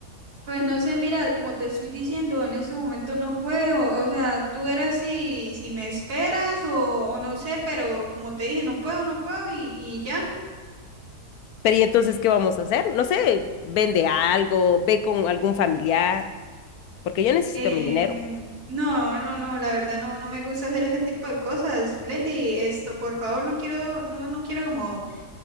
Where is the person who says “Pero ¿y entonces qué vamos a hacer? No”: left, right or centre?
Left